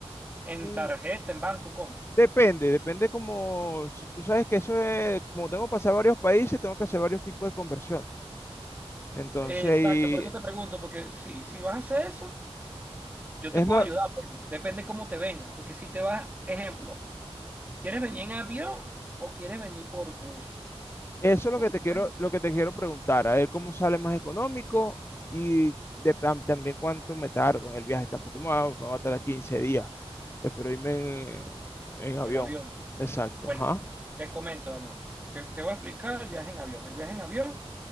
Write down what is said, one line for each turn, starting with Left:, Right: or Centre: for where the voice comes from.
Right: en
Left: Mm,
Right: tarjeta, en banco? ¿Cómo?
Left: Depende, depende como, s- tú sabes que eso es, como tengo que pasar varios países, tengo que hacer varios tipos de conversión. Entonces,
Right: Exacto,
Left: y
Right: por eso te pregunto, porque si, si vas a hacer eso, yo
Left: es
Right: te puedo
Left: mejor-
Right: ayudar, pues, depende cómo te vengas, porque si te vas, ejemplo, ¿Quieres venir en avión o quieres venir por bus?
Left: eso es
Right: Porque
Left: lo que te quiero,
Right: pueden
Left: lo que te quiero preguntar, a ver cómo sale más económico y de- tam- también cuánto me tardo en el viaje. Tampoco me va, me va a tardar 15 días, prefiero irme en, en
Right: en
Left: avión.
Right: el avión.
Left: Exacto,
Right: Bueno,
Left: ajá.
Right: te comento, Daniel. Te, te voy a explicar el viaje en avión. El viaje en avión